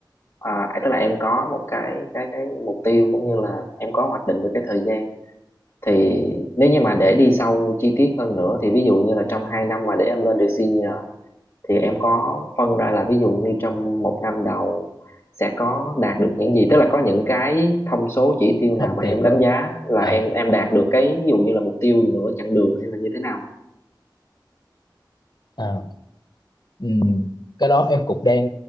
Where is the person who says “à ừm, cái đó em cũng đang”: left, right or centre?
Left